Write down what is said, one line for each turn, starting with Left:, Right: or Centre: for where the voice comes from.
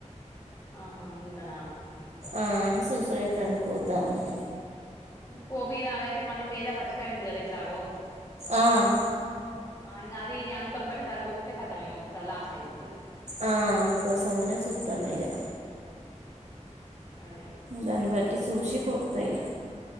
Left: ఆహ అందుకనా
Right: ఆ అని సూసుడైతంది కోద్దామని
Left: కోపీయరాదయితే మళ్ళీ తేజ పచ్చికాయ ఉంది కద ఎట్లాగొ
Right: ఆయ్
Left: అ ఇంగ అది ఇది అంత ఒక్కటే సారి కోపిత్తే కతం ఇగ ఒకసారి లాస్ట్ అయిపోతది
Right: ఆ అందుకోసమనే చుత్తన్న ఇగ
Left: అదేలే
Right: దాన్ని బట్ టి సూసి కోత్తయి ఇగ